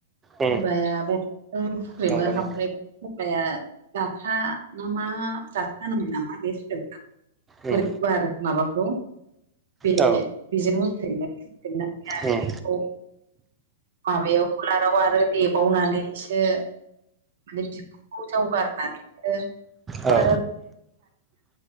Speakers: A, on the right; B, on the right.
A: उम
B: सोरबाया बथलजों फुख्रेमो
A: नंगौ
B: खामफ्लायाव
A: नंगौ
B: सोरबाया जाथा ना मा जाथा होनोमोन नामा <unintelligible> बोरै
A: उम
B: गुवार माबाखौ बे
A: औ
B: बेजों हुख्रेमो हुख्रेमनानै आरो
A: उम
B: बेखौ माबायाव कुलाराव आरो देबावनानैसो माने बिखखौ जावगारनानै
A: औ उम
B: आरो